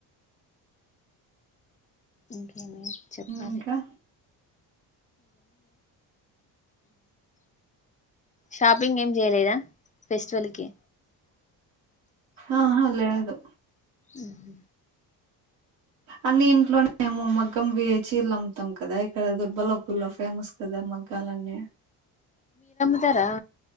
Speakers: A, on the left; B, on the right.
A: అ ఏమి చెప్పాలి
B: ఇంకా
A: షాపింగ్ ఏం చేయలేదా ఫెస్టివల్కి
B: ఆహ లేదు
A: ఊహు
B: అన్ని ఇంట్లోనే మేము మగ్గం వే చీరలు అమ్ముతాం కదా యక్కడ దొడ్ బల పల్ల ఫేమస్ కదా మగ్గాాలన్నీ
A: ఇత్తర